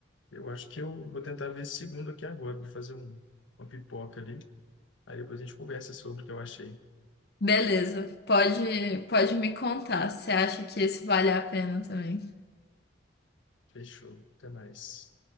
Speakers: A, on the left (about 80°); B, on the left (about 55°).
A: Eu acho que eu vou tentar ver esse segundo aqui agora, vou fazer um, uma pipoca ali, aí depois a gente conversa sobre o que eu achei.
B: Beleza, pode, pode me contar. Você acha que esse vale a pena também?
A: Fechou, até mais.